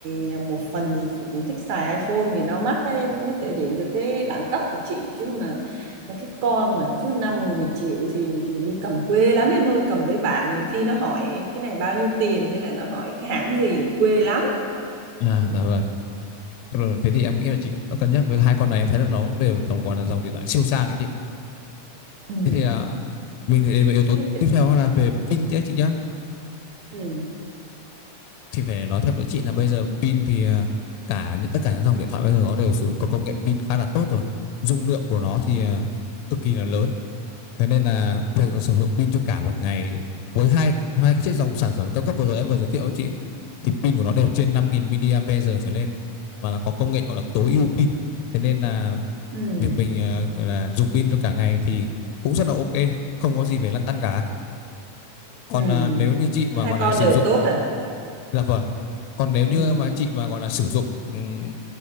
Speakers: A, on the right (about 70°); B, on the left (about 80°).
A: nhà một phần thì chị cũng thích xài iPhone vì nó mắc ấy nó mới thể hiện được cái đẳng cấp của chị chứ mà mấy cái con mà cứ năm 10 triệu thì thì đi cầm quê lắm em ơi cầm với bạn nhiều khi nó hỏi cái này bao nhiêu tiền hay là nó hỏi cái hãng gì quê lắm
B: À, dạ vâng. Rồi, thế thì em nghĩ là chị đã cân nhắc với hai con này em thấy là nó cũng đều tổng gọi là dòng điện thoại siêu sang ấy chị.
A: ừ.
B: Thế thì à, mình thì đến với yếu tố
A: Cái- cái-
B: tiếp theo là về pin chứ chị nhá.
A: ừ.
B: Thì phải nói thật với chị là bây giờ pin thì à, cả những tất cả những dòng điện thoại bây giờ nó đều sử có công nghệ pin khá là tốt rồi. Dung lượng của nó thì à, cực kỳ là lớn Thế nên là việc là sử dụng pin cho cả một ngày với hai hai cái chiếc dòng sản phẩm cao cấp vừa rồi em vừa giới thiệu cho chị thì pin của nó đều trên 5.000 mAh trở lên và nó có công nghệ gọi là tối ưu pin. Thế nên là
A: Ừ.
B: việc mình ờ, là dùng pin cho cả ngày thì cũng rất là ok, không có gì phải lăn tăn cả. Còn
A: Ừ.
B: ờ, nếu như chị mà
A: Thế Hai
B: gọi
A: con
B: là sử
A: đều
B: dụng
A: tốt à
B: dạ vâng. Còn nếu như
A: ừ.
B: mà chị mà gọi là sử dụng ừm,